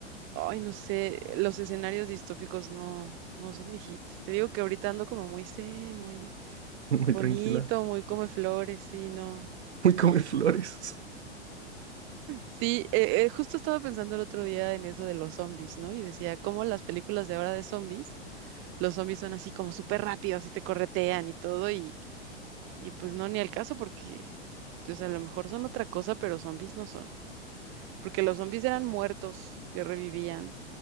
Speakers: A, on the right; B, on the right.
A: ay, no sé, los escenarios distópicos no, no son mi hit. Te digo que ahorita ando como muy zen, muy
B: muy
A: Bonito,
B: tranquila,
A: muy come flores, sí, no.
B: muy come flores.
A: Sí, eh, eh, justo estaba pensando el otro día en eso de los zombies, ¿no? Y decía, cómo las películas de ahora de zombies, los zombies son así como súper rápidos y te corretean y todo, y, y pues no, ni al caso porque, o sea, a lo mejor son otra cosa, pero zombies no son. Porque los zombies eran muertos que revivían